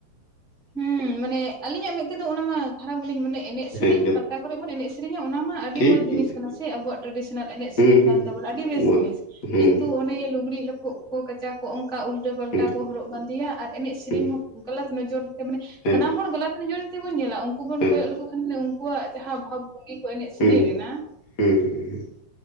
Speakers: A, on the left; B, in the centre.
A: ᱴᱷᱚᱜ
B: ᱦᱩᱸ
A: ᱾
B: ᱢᱟᱱᱮ ᱟᱹᱞᱤᱧᱟᱜ ᱢᱮᱫ ᱛᱮᱫᱚ ᱚᱱᱟᱢᱟ ᱠᱷᱟᱨᱟᱯ ᱜᱮᱞᱤᱧ ᱢᱚᱱᱮ ᱮᱱᱮᱡ ᱥᱮᱹᱨᱮᱹᱧ
A: ᱦᱮᱸ
B: ᱯᱟᱛᱟ ᱠᱚᱨᱮ ᱵᱚᱱ ᱮᱱᱮᱡ ᱥᱮᱹᱨᱮᱹᱧᱟ ᱚᱱᱟ ᱢᱟ ᱟᱰᱤ
A: ᱴᱷᱤᱠ
B: ᱢᱚᱡᱽ
A: ᱜᱮᱭᱟ
B: ᱡᱤᱱᱤᱥ ᱾ ᱱᱟᱥᱮᱹ ᱟᱵᱚᱣᱟᱜ ᱴᱨᱮᱰᱤᱥᱮᱱᱟᱞ ᱮᱱᱮᱡ
A: ᱦᱩᱸ
B: ᱥᱮᱹᱨᱮᱹᱧ
A: ᱦᱩᱸ
B: ᱠᱟᱱ ᱛᱟᱵᱚᱱᱟ ᱟᱹᱰᱤ ᱵᱮᱹᱥ
A: ᱢᱚᱡᱽ
B: ᱡᱤᱱᱤᱥ
A: ᱦᱩᱸ
B: ᱠᱤᱱᱛᱩ ᱚᱱᱮ ᱞᱩᱜᱽᱲᱤᱡ ᱞᱟᱯᱳᱜ ᱠᱚ ᱠᱟᱪᱟ ᱠᱚ ᱚᱝᱠᱟ ᱩᱞᱴᱟᱹ ᱯᱟᱞᱴᱟ
A: ᱦᱩᱸ
B: ᱠᱚ ᱦᱚᱨᱚᱜ ᱵᱟᱸᱫᱮᱭᱟ ᱟᱨ ᱮᱱᱮᱡ ᱥᱮᱹᱨᱮᱹᱧ
A: ᱦᱩᱸ
B: ᱦᱚᱸ ᱜᱚᱞᱚᱛ ᱱᱚᱡᱚᱨ ᱛᱮ ᱢᱟᱱᱮ
A: ᱦᱮᱸ
B: ᱥᱟᱱᱟᱢ ᱦᱚᱲ ᱜᱚᱞᱚᱛ ᱱᱚᱡᱚᱨ ᱛᱮᱵᱚᱱ ᱧᱮᱞᱟ ᱚᱝ ᱩᱱᱠᱩ ᱵᱚᱱ
A: ᱦᱮᱸ
B: ᱠᱚᱭᱚᱜ ᱞᱮᱠᱚ ᱠᱷᱟᱱ ᱢᱟᱱᱮ ᱩᱱᱠᱩᱣᱟᱜ ᱡᱟᱦᱟᱸ ᱵᱷᱟᱵᱽ ᱵᱷᱩᱝᱜᱤ ᱠᱚ ᱮᱱᱮᱡ ᱥᱮᱹᱨᱮᱹᱧ
A: ᱦᱮᱸ ᱦᱩᱸ
B: ᱨᱮᱱᱟᱜ
A: ᱦᱩᱸ- ᱦᱩᱸ, ᱦᱩᱸᱜ ᱾